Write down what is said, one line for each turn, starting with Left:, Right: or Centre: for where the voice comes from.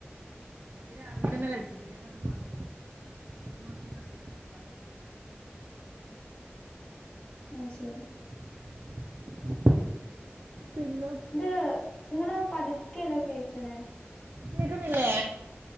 Right: അത് രാവിലെ തന്നെ കഴിക്കും പില്ല അത് മറന്നോ അതൊരു മാസം കണ്ടിന്യൂ ചെയ്യാൻ പറഞ്ഞു.
Left: ആ ശരി
Right: <inaudible> പിന്ന
Left: ഇത് നിങ്ങള് പതുക്കേല്ലോ കേക്കണേ?
Right: കേക്കുന്നില്ലേ?